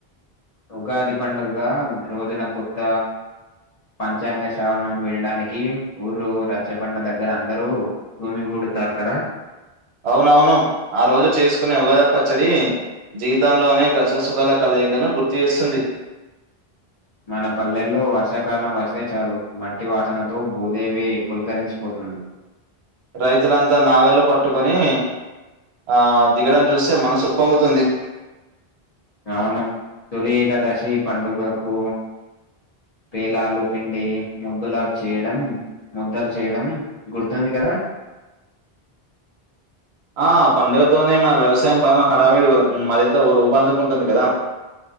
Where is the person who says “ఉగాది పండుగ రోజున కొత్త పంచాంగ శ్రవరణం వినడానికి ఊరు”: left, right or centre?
Left